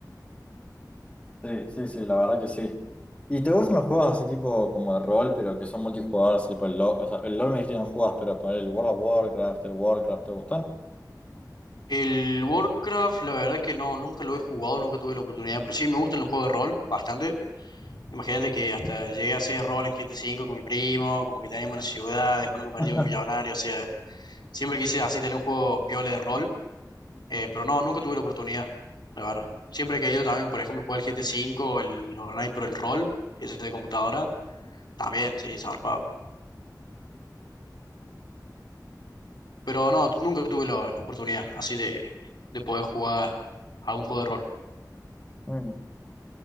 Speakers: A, on the left; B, on the left.
A: Sí, sí, sí, la verdad que sí. ¿Y te gustan los juegos así tipo como de rol, pero que son multijugadores, tipo el LoL? O sea, el LoL me dijiste que no jugás, pero para el World of Warcraft, el Warcraft, ¿te gustan?
B: El Warcraft, la verdad que no, nunca lo he jugado, nunca tuve la oportunidad, pero sí me gustan los juegos de rol bastante. Imagínate que hasta llegué a hacer rol en GT5 con mi primo, como que teníamos una ciudad, después nos convertimos
A: <laughs>
B: en millonario, o sea, siempre quise así tener un juego piola de rol, eh, pero no, nunca tuve la oportunidad, la verdad. Siempre he querido también, por ejemplo, jugar el GT5, el online, pero el rol, ese de computadora, también, sí, zarpado. Pero no, nunca tuve la, la oportunidad así de, de poder jugar algún juego de rol.
A: Mm.